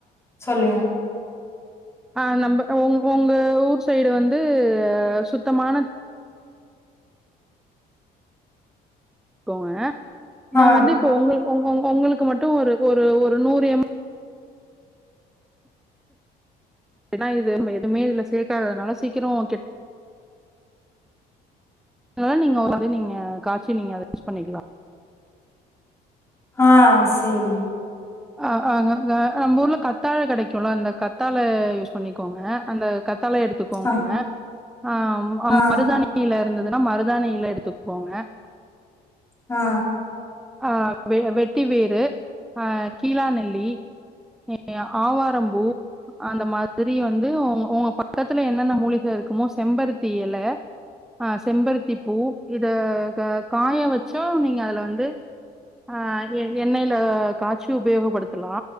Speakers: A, on the left; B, in the centre.
A: சொல்லுங்க
B: ஆ நம்ப ஒங் உங்க ஊர் சைடு வந்து சுத்தமான கோங்க நா
A: ஆ
B: வந்து இப்போ ஒங்களுக்கு ஒங் ஒங் உங்களுக்கு மட்டு ஒரு ஒரு ஒரு நூறு எம் ஏனா இது நம்ப எதுமே இதுல சேக்காததுனால சீக்கிரோ கெட் அதலா நீங்க ஒரு <inaudible> நீங்க காச்சி நீங்க அத யூஸ் பண்ணிக்கலா
A: ஆ சேரி
B: அ அ ந ந நம்பூர்ல கத்தாழ கெடைக்குல்ல அந்த கத்தாழ யூஸ் பண்ணிக்கோங்க அந்த கத்தாழய எடுத் துக்கோங்க
A: ஆ
B: ஆ அ
A: ஆ
B: மருதானி எல இருந்ததுனா மருதானி இல எடுத்துக்கோங்க
A: ஆ
B: ஆ வெ வெட்டி வேறு அ கீழாநெல்லி ஏ ஆவாரம்பூ அந்த மாதிரி வந்து உ உங்க பக்கத்துல என்னென்ன மூலிக இருக்குமோ செம்பருத்தி எல ஆ செம்பருத்தி பூ இத கா காய வச்சோ நீங்க அதுல வந்து ஆ எ எண்ணெய்ல காச்சி உபயோகப் படுத்தலா